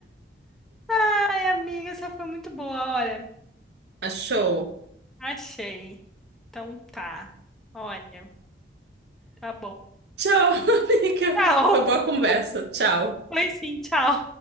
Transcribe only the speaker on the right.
Achou.
Tchau, <laughs> amiga.
Foi
boa conversa. Tchau.